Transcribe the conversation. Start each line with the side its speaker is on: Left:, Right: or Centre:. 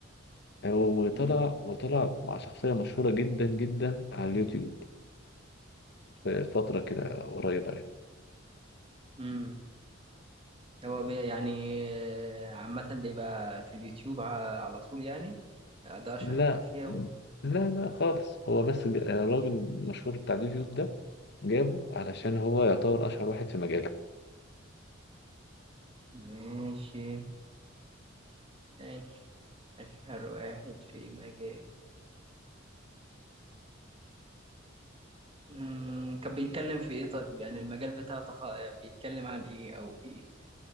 Left: وطلع
Right: مم،
Left: وطلع مع شخصية مشهورة جدا جدا على اليوتيوب في فترة كده قريبة يعني
Right: مم. هو بي يعني آه، عامة بيبقى في اليوتيوب ع- على طول يعني آه، ده أشهر
Left: لا
Right: حاجة فيها هو
Left: لا لا خالص هو بس ج- الراجل المشهور بتاع اليوتيوب ده جابه علشان هو يعتبر أشهر واحد في مجاله
Right: ماشي ماشي أشهر واحد في مجال مم، كان بيتكلم في ايه طيب يعني المجال بتاعه تخ... بيتكلم عن ايه او بي...